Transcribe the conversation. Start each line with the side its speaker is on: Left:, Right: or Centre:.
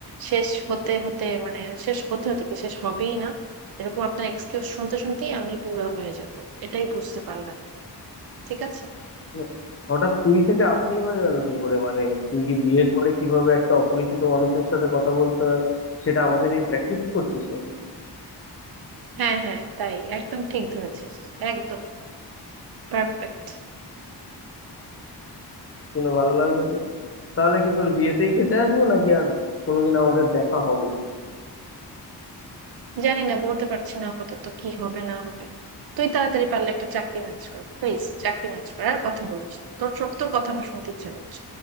Right: শেষ হতে হতে মানে শেষ হতে হতে কি শেষ হবেই না এরকম আপনার এক্সকিউজ শুনতে শুনতেই আমি বুড়া হয়ে যাব এটাই বুঝতে পারলাম ঠিক আছে
Left: না, হঠাৎ তুই থেকে আপনি হয়ে গেল কি করে মানে তুই কি বিয়ের পরে কিভাবে একটা অপরিচিত মানুষের সাথে কথা বলতে হয় সেটা আমাকে দিয়ে প্র্যাকটিস করছিস নাকি
Right: হ্যাঁ হ্যাঁ তাই একদম ঠিক ধরেছিস একদম পারফেক্ট
Left: শুনে ভালো লাগলো যে তাহলে কি তোর বিয়েতেই খেতে আসবো নাকি আর কোনোদিন আমাদের দেখা হবে
Right: জানি না বলতে পারছি না আপাতত কি হবে না হবে তুই তাড়াতাড়ি পারলে একটা চাকরি ম্যানেজ কর প্লিজ চাকরি ম্যানেজ কর আর কথা বলিস না। তোর সব তোর কথা আমার শুনতে ইচ্ছে করছে